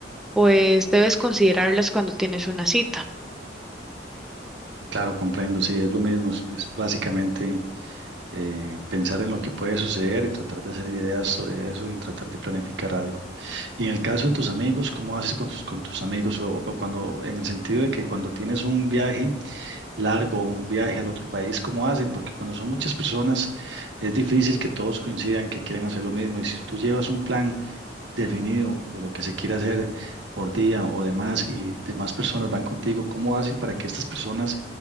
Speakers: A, in the centre; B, on the right (about 70°).
A: pues debes considerarlas cuando tienes una cita.
B: Claro, comprendo, sí, es lo mismo, es, es básicamente eh, pensar en lo que puede suceder y tratar de hacer ideas sobre eso y tratar de planificar algo. Y en el caso de tus amigos, ¿cómo haces con, sus- con tus amigos? O, o cuando, en el sentido de que cuando tienes un viaje largo, un viaje al otro país, ¿cómo hacen? Porque cuando son muchas personas es difícil que todos coincidan que quieran hacer lo mismo. Y si tú llevas un plan definido de lo que se quiere hacer por día o demás y demás personas van contigo, ¿cómo hacen para que estas personas